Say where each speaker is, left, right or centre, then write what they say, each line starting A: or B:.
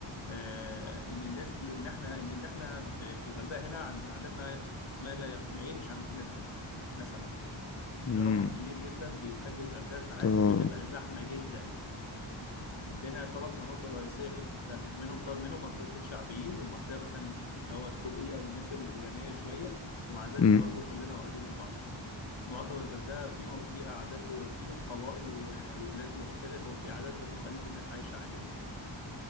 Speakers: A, on the left (about 70°); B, on the left (about 35°).
A: آه، ان الناس دي ان احنا ان ان احنا ب- في الغردقه هنا عن- عددنا ما لا ي- ما يقلش عن 200000 نسمه
B: امم
A: ده رقم كبير جدا بيخلي الغردقه ساعات
B: تو-
A: بتبقى زحمه جدا عندنا ثلاث مناطق رئيسيه في الغردقه منهم طب منهم منطقتين شعبيين ومنطقه مثلا اللي هو التوب اي او الناس الغنيه شويه ومع ذلك
B: امم
A: برضو كلنا قريبين من بعض معظم الغردقه فيه فيها عادات وفيهم قبائل و- وبلاد مختلفه وفي عادات وتقاليد الناس عايشه عليها